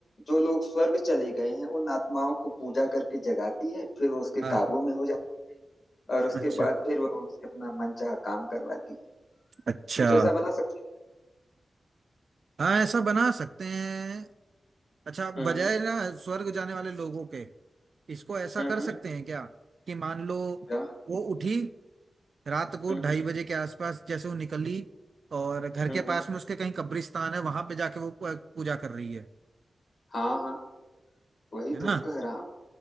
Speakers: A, on the left (about 55°); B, on the right (about 55°).
A: जो लोग स्वर्ग चले गए हैं उन आत्माओं को पूजा करके जगाती है फिर वो उसके
B: हाँ
A: काबू में हो जाती है और उसके
B: अच्छा
A: बाद फिर वह उनसे अपना मनचाहा काम करवाती है
B: अच्छा
A: कुछ ऐसा बना सकते
B: हाँ ऐसा बना सकते हैं अच्छा
A: हैं हम्म
B: बजाय
A: हम्म
B: ना स्वर्ग जाने वाले लोगों के इसको ऐसा
A: हम्म
B: कर
A: हम्म,
B: सकते हैं क्या कि मान लो
A: क्या
B: वो उठी रात को
A: हम्म हम्म
B: ढाई बजे के आसपास जैसे वो निकली और घर
A: हम्म
B: के
A: हम्म,
B: पास में उसके कहीं कब्रिस्तान है वहां पे जाके वो पूजा कर रही है
A: हाँ हाँ वही
B: है
A: तो
B: ना
A: कह रहा हूँ